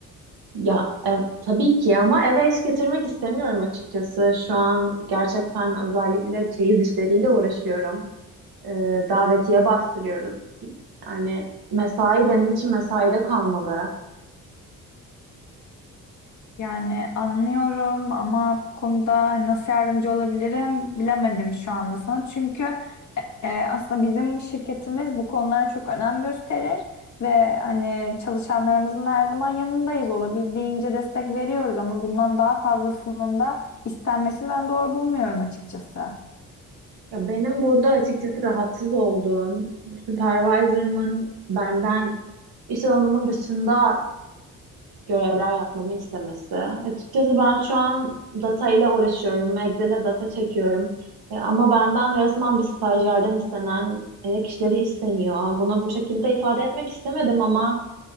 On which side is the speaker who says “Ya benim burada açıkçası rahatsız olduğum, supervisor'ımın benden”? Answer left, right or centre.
Right